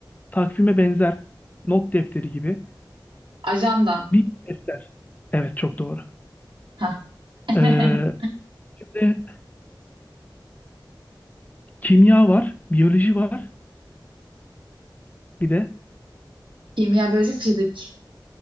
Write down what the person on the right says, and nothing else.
Ajanda.
Hah. <laughs>
Kimya, biyoloji, fizik.